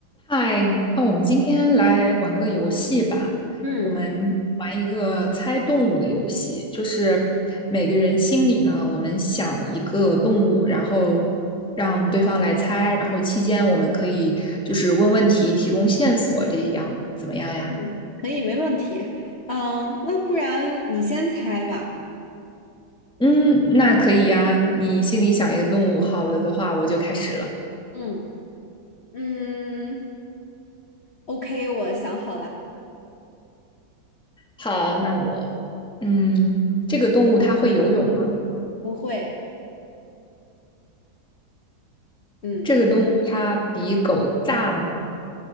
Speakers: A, in the centre; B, on the left.
A: 嗨，那我们今天来玩个游戏吧。
B: 嗯
A: 我们玩一个猜动物的游戏，就是每个人心里呢，我们想一个动物，然后让对方来猜，然后期间我们可以就是问问题，提供线索，这样怎么样呀？
B: 嗯，可以，没问题。嗯，那不然你先猜吧。
A: 嗯，那可以呀。你心里想一个动物，好了的话，我就开始了。
B: 嗯，嗯，OK，我想好了，
A: 好，那我，嗯，这个动物它会游泳吗？
B: 不会。嗯，
A: 这个动物它比狗大吗？